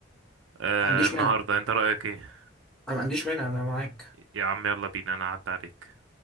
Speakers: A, on the right (about 65°); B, in the centre.
A: آه
B: ما عنديش
A: النهاردة
B: مانع
A: أنت رأيك إيه؟
B: انا ما عنديش مانع انا معاك
A: يا عم يلا بينا أنا أعدي عليك